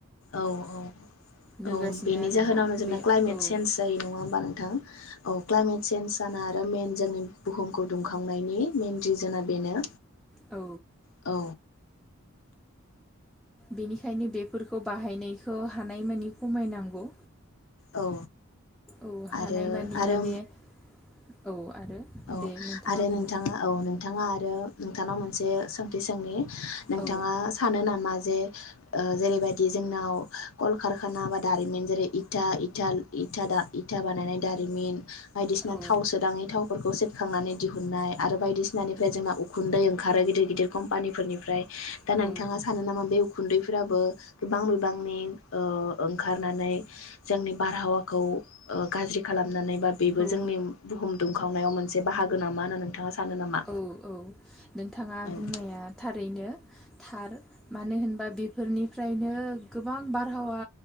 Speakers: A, on the left (about 70°); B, in the centre.
A: औ औ
B: नुगासिनो
A: औ बेनि
B: आरोना
A: जाहोनावनो जोंना
B: बे
A: क्लाइमेट
B: औ
A: सेेन्ज जायो नङा होमबा नोंथां औ क्लाइमेट सेेन्ज जाना आरो मेइन‌ जोंनि बुहुमखौ दुंखांनायनि मइेन रिजोनआ बेनो।
B: औ
A: औ
B: बेनिखायनो बेफोरखौ बाहायनायखौ हानायमानि खमायनांगौ
A: औ
B: औ हानायमानि
A: आरो आरो
B: माने औ आरो
A: औ
B: दे
A: आरो
B: बुंदो
A: नोंथाङा औ नोंथाङा आ रो नोंथानाव मोनसे सोंथि सोंनि नोंथाङा
B: औ
A: सानो नामा जे ओ जेरैबायदि जोंनाव कलकारखाना बा दारिमिन जेरै इथा इथा इथा इथा बानायनाय दारिमिन बायदिसिना
B: औ
A: थावसो दाङै थाव खौ सेबखांनानै दिहुननाय आरो बायदिसिनानिफ्राय जोंहाखा उ खुन्दै ओंखारो गिदिर गिदिर कम्पानिफोरनिफ्राय दा
B: औ
A: नोंथाङा सानो नामा बे खुन्दैफोराबो गोबां बिबांनि ओ ओंखारनानै जोंनि बारहावाखौ ओ गाज्रि खालाम नानै बा बेबो
B: औ
A: जोंनि बुहुम खावनायाव मोनसे बाहागो नामा होन नोंथाङा सानो नामा?
B: औ औ नोंथाङा
A: औ
B: बुंनाया थारैनो थार मानो होनबा बेफोरनि फ्रायनो गोबां बारहावा